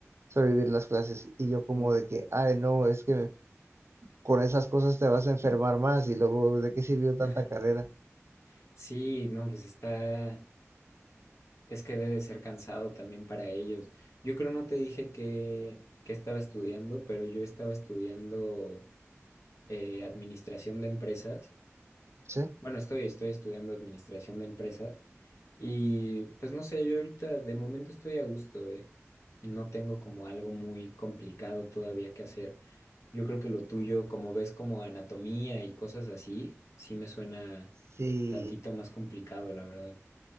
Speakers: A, on the right; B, on the left.
A: sobrevivir las clases y yo como
B: Uh.
A: de que, ay no, es que con esas cosas te vas a enfermar más y luego, ¿de qué sirvió tanta
B: <laughs>
A: carrera?
B: Sí, no, pues está, es que debe ser cansado también para ellos. Yo creo no te dije que, que estaba estudiando, pero yo estaba estudiando eh, administración de empresas
A: Sí.
B: Bueno, estoy, estoy estudiando administración de empresas y pues no sé, yo ahorita de momento estoy a gusto, ¿eh? No tengo como algo muy complicado todavía que hacer. Yo creo que lo tuyo, como ves como anatomía y cosas así, sí me suena
A: Sí,
B: tantito más complicado, la verdad.